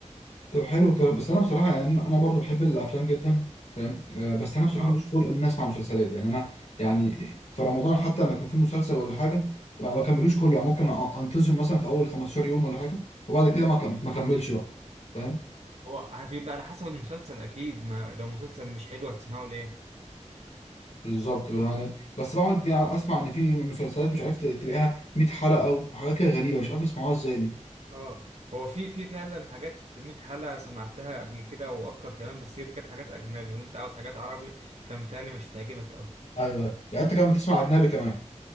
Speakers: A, on the left (about 60°); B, on the right (about 60°).
A: طب حلو كده بس انا بصراحة يعني انا أنا برضو بحب الافلام جدا فاهم آه، بس انا بصراحة
B: اه
A: مش خلق ان انا اسمع مسلسلات يعني انا يعني في رمضان حتى ما يكون في مسلسل ولا حاجة ما بكملوش كله يعني ممكن أ- انتظم مثلا في اول 15 يوم ولا حاجة وبعد كده ما كم- ما اكملش بقى فاهم
B: هو بيبقى على حسب المسلسل اكيد ما لو مسلسل مش حلو هتسمعه ليه
A: بالظبط يعني بس بقعد اسمع ان في مسلسلات مش عارف تلاقيها 100 حلقه وحاجات كده غريبه مش عارف بيسمعوها ازاي دي
B: اه هو في في فعلا حاجات 100 حلقة سمعتها قبل كده واكتر كمان بس هي دي كانت حاجات اجنبي وانت عاوز حاجات عربي فمتهيألي مش هتعجبك قوي
A: ايوه يعني انت كمان بتسمع اجنبي كمان